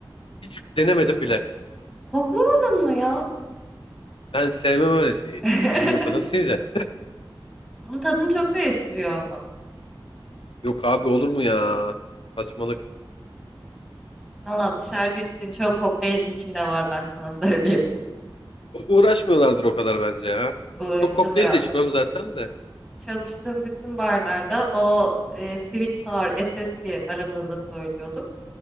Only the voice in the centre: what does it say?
Koklamadın mı ya?
<laughs>
Bunun tadını çok değiştiriyor ama.
Valla dışarıda içtiğin çok kokteylin içinde var ben sana <laughs> söyleyeyim.
Uğraşılıyor.
Çalıştığım bütün barlarda o e, sweet sour SS diye aramızda söylüyorduk.